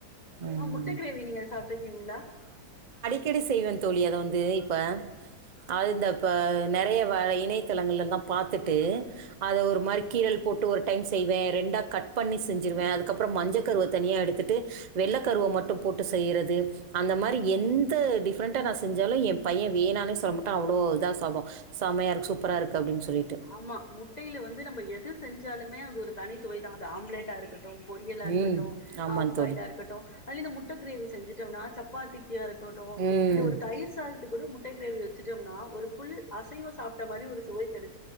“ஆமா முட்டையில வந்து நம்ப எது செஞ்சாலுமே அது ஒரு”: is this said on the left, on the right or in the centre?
Left